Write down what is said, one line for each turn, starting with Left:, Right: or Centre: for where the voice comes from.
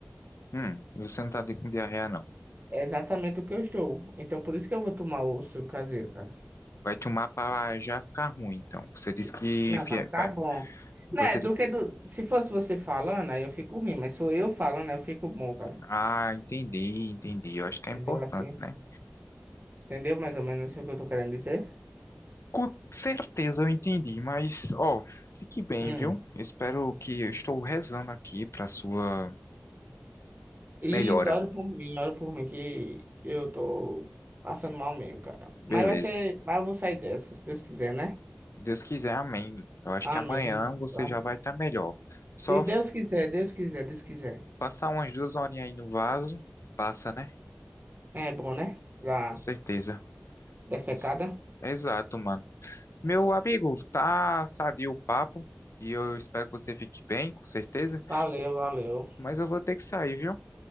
Left: Hum, você não tá de- com diarreia, não.
Right: É exatamente o que eu estou. Então por isso que eu vou tomar o soro caseiro, cara.
Left: Vai tomar pra já ficar ruim, então. Você disse
Right: E-
Left: que...
Right: Não,
Left: fie-
Right: pra ficar
Left: vai-
Right: bom.
Left: Você
Right: Né, do
Left: disse...
Right: que do... Se fosse você falando, aí eu fico ruim, mas sou eu falando, aí eu fico bom, cara.
Left: Ah, entendi, entendi. Eu acho que é
Right: Entendeu
Left: importante,
Right: assim?
Left: né?
Right: Entendeu mais ou menos o que eu tô querendo dizer?
Left: Com certeza eu entendi, mas ó, fique bem,
Right: Hum.
Left: viu? Eu espero que eu estou rezando aqui para sua
Right: Isso,
Left: melhora.
Right: ora por mim, ora por mim, que eu tô passando mal mesmo, cara.
Left: Beleza.
Right: Mas vai ser, mas eu vou sair dessa, se Deus quiser, né?
Left: Deus quiser, amém. Eu acho
Right: Amém.
Left: que amanhã você
Right: Graças-
Left: já vai estar melhor. Só
Right: Se Deus
Left: f-
Right: quiser, Deus quiser, Deus quiser.
Left: passar umas duas horinhas aí no vaso, passa, né?
Right: É bom, né? Pra
Left: Com certeza.
Right: defecada.
Left: Cons- Exato, mano. Meu amigo, tá sadio o papo e eu espero que você fique bem, com certeza.
Right: Valeu, valeu.
Left: Mas eu vou ter que sair, viu?